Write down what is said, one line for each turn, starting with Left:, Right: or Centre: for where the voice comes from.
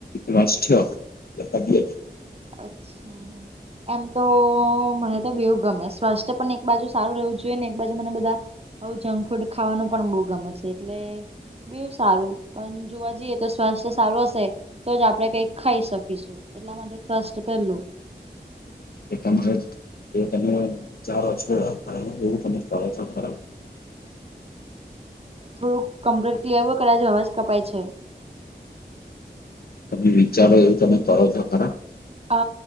Left: રાષ્ટ્રીય <unintelligible>
Right: અચ્છા એમ તો, મને તો બેઉ ગમે, સ્વાસ્થ્ય પણ એક બાજુ સારું રહેવું જોઈએ, ને એક બાજુ મને બધા આવું જંક ફૂડ ખાવાનો પણ બહુ ગમે છે, એટલે બેઉ સારું, પણ જોવા જઈએ તો, સ્વાસ્થ્ય સારું હશે, તો જ આપડે કઈક ખાઈ શક એટલા માટે સ્વાસ્થ પેલું.
Left: તમારે એ તમે વિચારો છો પણ એવું તમે કહો છો ખરો.
Right: થોડું કેમ્પર ક્લેવ કરાઇજો અવાજ કપાય છે.
Left: તમલી વિચારો એવું તમે કરો છો ખરા?
Right: અ